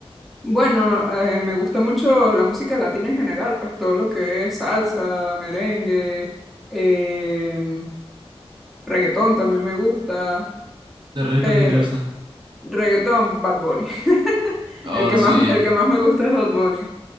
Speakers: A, in the centre; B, on the right.
A: Bueno, eh, me gusta mucho la música latina en general, pues todo lo que es salsa, merengue, em, Reggaetón también me gusta,
B: ¿De reggaetón
A: pero
B: quién te gusta?
A: reggaetón, Bad Bunny. <laughs>
B: Oh,
A: El que
B: sí,
A: más, el que más me gusta es Bad Bunny.